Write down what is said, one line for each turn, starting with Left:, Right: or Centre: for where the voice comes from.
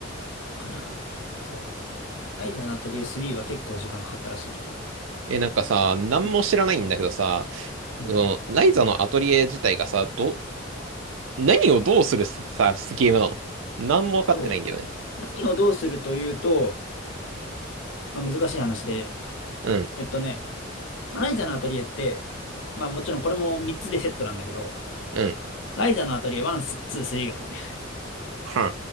Left: かな。そう。ライザのアトリエ3は結構時間かかったらしいけど。
Right: え、なんかさ、何も知らないんだけどさ、
Left: うん。うん。
Right: その、ライザのアトリエ自体がさ、ど、何をどうするさ、さゲームなの何も分かってないんだよね。
Left: と、何をどうするというと、まあ、難しい話で、
Right: うん。
Left: えっとね、まあライザのアトリエって、まあもちろんこれも3つでセットなんだけど、
Right: うん
Left: ライザのアトリエ1、2、3があるね。
Right: は